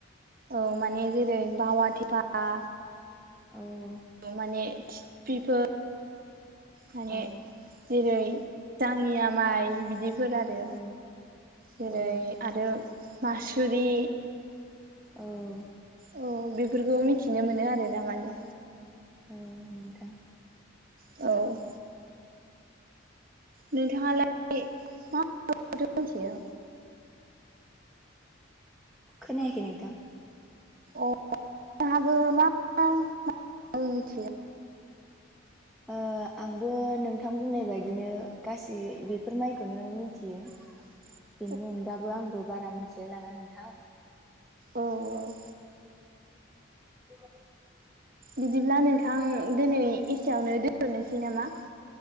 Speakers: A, on the right; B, in the centre.
A: औ माने जेरै बावाथिटिफा
B: औ
A: माने टिफिफोर माने
B: औ
A: जेरै दाङिया माइ बिदिफोर आरो।
B: औ
A: जेरै
B: औ
A: आरो मासुरि।
B: औ
A: औ बेफोरखौ मिथिनो मोनो आरो ना माने।
B: औ नोंथां।
A: औ नोंथाङालाय मा माथो मिथियो?
B: खोनाखै नोंथां?
A: अ जोंहाबो मा मा मिथियो
B: ओ आंबो नोंथां बुंनाय बायदिनो गासै बेफोर माइखौनो मिथियो।
A: <inaudible>
B: बेनि अनगाबो आंबो बारा मिथिलायलाङा नोंथां।
A: औ औ
B: <inaudible>
A: बिदिब्ला नोंथां दिनै एसेयावनो दोनथ'नोसै नामा?